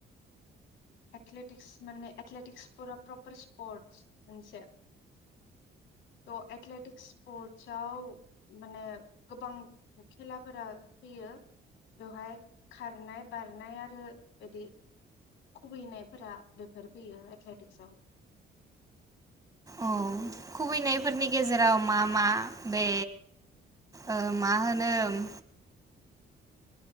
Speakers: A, on the left; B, on the right.
A: एथलेटिक्स माने एथलेटिक्सफोरा प्रपार स्पर्टस मोनसे त' एथलेटिक्स स्पर्टसव माने गोबां खेलाफोरा फैयो बेवहाय खारनाय बारनाय आरो बिदि खुबैनायफोरा बेफोर फैयो एथलेटिक्सआव।
B: औ खुबैनायफोरनि गेजेराव मा मा बे ओ मा होनोम